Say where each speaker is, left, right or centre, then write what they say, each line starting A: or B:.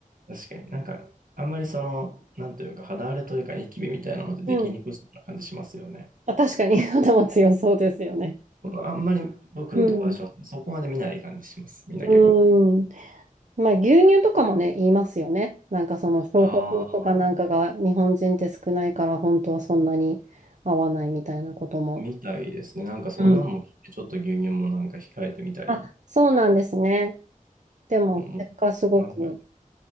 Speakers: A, on the right (about 75°); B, on the right (about 60°).
A: 確かに。なんか、あんまりその、なんというか、肌荒れというか、ニキビみたいなのってできにくそうな感じしますよね。
B: うん。あ、確かに <laughs> 頭強そうですよね。
A: あんまり僕の友達はそこまで見ない感じします。
B: うん。
A: みんな結構。
B: うん。まあ、牛乳とかもね、言いますよね。なんかその、消化法とかなんかが日本人って少ないから、
A: ああ、
B: 本当はそんなに合わないみたいなことも。
A: みたいですね。なんかそんなんも聞いて、
B: うん。
A: ちょっと牛乳もなんか控えてみたり、
B: あ、そうなんですね。でも、
A: もう、
B: 結果すごく
A: もうはいはい